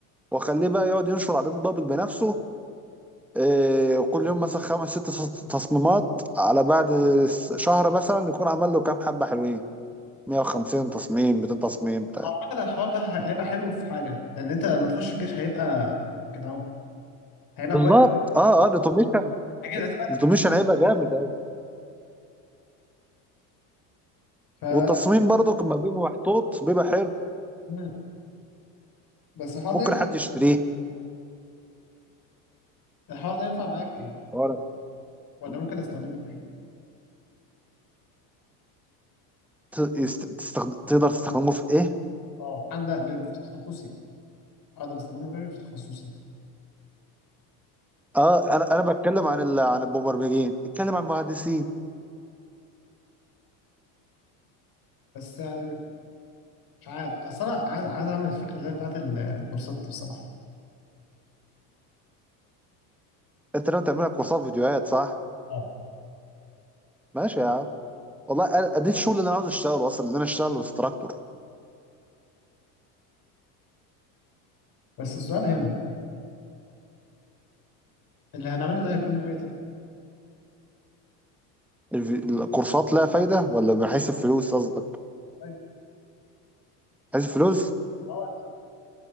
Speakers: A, in the centre; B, on the left (about 45°).
A: واخليه بقى يقعد ينشر على ريد بابل بنفسه إيه، وكل يوم مثلا خمس ست تص- تصميمات على بعد س- شهر مثلا يكون عمل له كام حبة حلوين 150 تصميم 200 تصميم بتاع
B: اعتقد الحوار ده ه- هيبقى حلو في حاجه ان انت لما تخش الجيش هيبقى كده اهو هيبقى
A: بالظبط
B: كويس
A: اه اه الاوتوميشن
B: اكيد هتبقى انت
A: الاوتوميشن
B: في الجيش
A: هيبقى جامد قوي
B: فلا
A: والتصميم برضو لما بيبقى محطوط بيبقى حلو
B: مم. بس الحوار
A: ممكن
B: ده
A: حد يشتريه
B: الحوار ده ينفع معايا في ايه
A: ورق.
B: ولا ممكن استخدمه في ايه
A: ت- يست- تستخد... تقدر تستخدمه في ايه؟
B: اه عندك ب- في تخصصي اقدر استخدمه في إيه؟ في تخصصي
A: اه انا انا بتكلم عن ال... عن المبرمجين اتكلم عن المهندسين
B: بس يعني مش عارف اصل انا عايز عايز اعمل الفكره اللي هي بتاعت ال- الكورسات دي بصراحه
A: انت لو تعمل لك كورسات فيديوهات صح؟
B: اه
A: ماشي يا عم والله أنا- ده الشغل اللي انا عاوز اشتغله اصلا ان انا اشتغل انستراكتور
B: بس السؤال هنا اللي هنعمله ده هيكون له فايده
A: الف- الكورسات لها فايدة ولا من حيث الفلوس قصدك؟
B: ايوه
A: من حيث الفلوس؟
B: اه